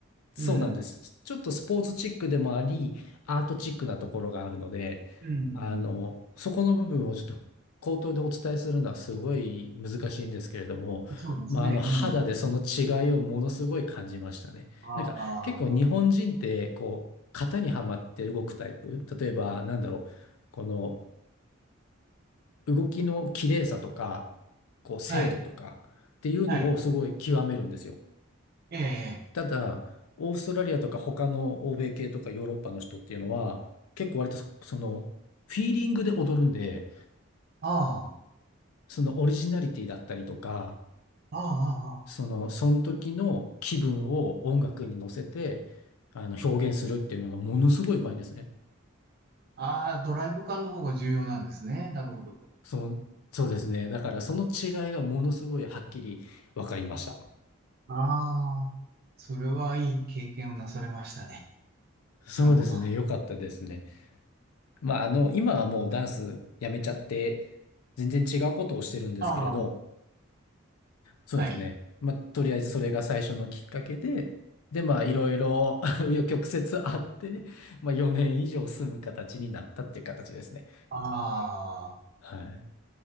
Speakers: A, on the left; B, on the right.
A: そうなんです。
B: うん、
A: ちょっとスポーツチックでもあり、アートチックなところがあるので、
B: うん、
A: あの、そこの部分をちょっと口頭でお伝えするのはすごい難しいんですけれども、
B: うん。そうですね、
A: まあ、あの、肌でその違いをものすごい感じましたね。
B: うん。あ
A: なんか結構日本人って、こう、型にはまって動くタイプ。例えば、なんだろう、この、動きの綺麗さとか、こう精度とかっていうのをすごい極めるんですよ。
B: あ、はい、はい。ええ、
A: ただ、オーストラリアとか他の欧米系とかヨーロッパの人っていうのは、結構割とそその、フィーリングで踊るんで、
B: あ
A: そのオリジナリティだったりとか、
B: あ、ああ、
A: その、その時の気分を音楽に乗せて、あの、表現するっていうのがものすごいうまいんですね。
B: ああ、ああ、ドライブ感の方が重要なんですね。なるほど。
A: そう、そうですね。だからその違いがものすごいはっきり分かりました。
B: ああ、それはいい経験をなされましたね。
A: そうですね。
B: なるほど。あ
A: よかったですね。まあ、あの、今はもうダンスやめちゃって、全然違うことをしてるんですけれど、
B: あ、
A: そうですね。
B: はい。
A: まあ、とりあえずそれが最初のきっかけで、で、まあ、いろいろ <laughs> 紆余曲折あって、まあ、4年以上住む形になったっていう形ですね。
B: ああ、
A: はい。